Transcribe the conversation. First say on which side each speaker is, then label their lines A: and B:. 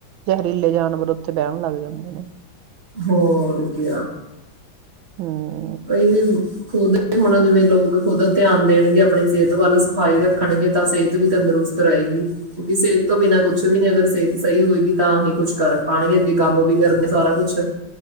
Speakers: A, on the right; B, on the right.
A: ਜ਼ਹਿਰੀਲੇ ਜਾਨਵਰ ਉੱਥੇ ਬਹਿਣ ਲੱਗ ਜਾਂਦੇ ਨੇ
B: ਹੋਰ ਕ
A: ਹਮ
B: ਕਈ ਵੀ ਖੁਦ ਹੁਣ ਜਿਵੇਂ ਲੋਕ ਖੁੱਦ ਧਿਆਨ ਦੇਣਗੇ ਆਪਣੀ ਸਿਹਤ ਵੱਲ ਸਫ਼ਾਈ ਰੱਖਣਗੇ ਤਾਂ ਸਿਹਤ ਵੀ ਤੰਦਰੁਸਤ ਰਹੇਗੀ ਕਿਉਂਕਿ ਸਿਹਤ ਤੋਂ ਬਿਨਾਂ ਕੁਛ ਵੀ ਨੇ ਅਗਰ ਸੇਤ ਸਹੀ ਹੋਏਗੀ ਤਾਂ ਅਸੀਂ ਕੁੱਛ ਕਰ ਪਾਉਣਗੇ ਅੱਗੇ ਕੰਮ ਵੀ ਕਰਨਗੇ ਸਾਰਾ ਕੁੱਛ